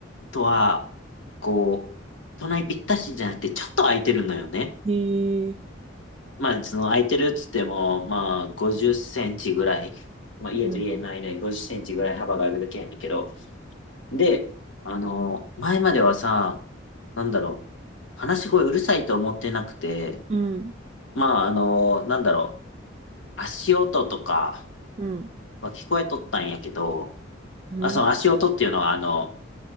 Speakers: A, on the left (about 75°); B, on the right (about 35°).
A: とは、こう、隣ぴったしじゃなくてちょっと空いてるのよね。
B: ええ
A: まあ、その空いてるっつっても、まあ、50センチぐらい、まあ、家と家の間に50センチぐらい幅があるだけやねんけど、
B: うん。
A: で、あの、前まではさ、なんだろう、話し声うるさいと思ってなくて、
B: うん。
A: まあ、あの、なんだろう、足音とか
B: うん。
A: は聞こえとったんやけど、
B: うん。
A: あ、その足音っていうのは、あの、